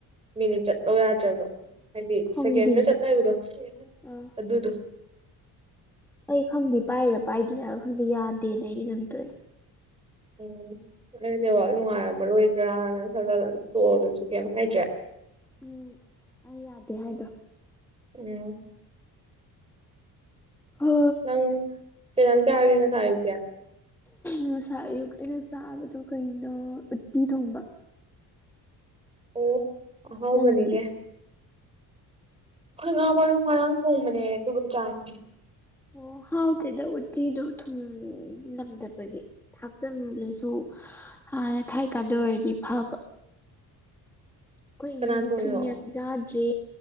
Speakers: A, on the right; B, in the centre.
A: ꯃꯤꯅꯤꯠ ꯆꯠꯂꯣ ꯌꯥꯗ꯭ꯔꯕ ꯍꯥꯏꯗꯤ
B: ꯈꯪꯗꯦ
A: ꯁꯦꯀꯦꯟꯒ ꯆꯠꯅꯕꯗꯣ
B: ꯑꯥ
A: ꯑꯗꯨꯗꯣ
B: ꯑꯩ ꯈꯪꯗꯦ ꯄꯥꯏꯔꯥ ꯄꯥꯏꯗ꯭ꯔꯤꯔꯥ ꯈꯪꯗꯦ ꯌꯥꯗꯦꯅ ꯑꯩꯗꯤ ꯑꯗꯨꯝ ꯇꯣꯛꯌꯦ
A: ꯎꯝ ꯑꯩ ꯅꯦꯋꯥꯥꯛ ꯅꯨꯡꯉꯥꯏꯔꯝꯃꯔꯣꯏꯗ꯭ꯔꯥꯅ ꯈꯜꯂꯒ ꯑꯗꯨꯝ ꯇꯣꯛꯑꯕ ꯑꯩꯁꯨ ꯀꯩꯝ ꯍꯥꯏꯗꯔꯦ
B: ꯎꯝ ꯑꯩ ꯌꯥꯗꯦ ꯍꯥꯏꯗꯣ
A: ꯎꯝ
B: ꯍꯥ
A: ꯅꯪ ꯀꯩ ꯢꯟꯁꯥꯡ ꯆꯔꯒꯦ ꯉꯁꯥꯢ ꯑꯌꯨꯛꯇꯤ
B: ꯉꯁꯥꯥꯢ ꯑꯌꯨꯛ ꯑꯩꯅ ꯆꯥꯕꯗꯣ ꯀꯩꯅꯣ ꯎꯠꯇꯤ ꯊꯣꯡꯕ
A: ꯑꯣ ꯍꯥꯎꯕꯅꯤꯅꯦ
B: ꯅꯪꯗꯤ
A: ꯑꯩꯈꯣꯏ ꯉꯥ ꯃꯔꯨ ꯃꯔꯥꯡ
B: ꯅꯪ
A: ꯊꯣꯡꯕꯅꯦ ꯑꯗꯨꯒ ꯆꯥꯏ
B: ꯑꯣ ꯍꯥꯎꯇꯦꯗ ꯎꯇꯤꯗꯣ ꯊꯨꯝ ꯅꯝꯗꯕꯒꯤ ꯊꯥꯛꯆꯥꯟꯕꯁꯨ ꯍꯥꯟꯅ ꯊꯥꯏꯀꯥꯟꯗ ꯑꯣꯏꯔꯗꯤ ꯐꯕ ꯑꯩꯈꯣꯏ ꯏꯃꯨꯡꯁꯦ
A: ꯀꯅꯥ ꯊꯣꯡꯉꯤꯅꯣ
B: ꯊꯨ ꯌꯥꯝ ꯆꯥꯗ꯭ꯔꯦ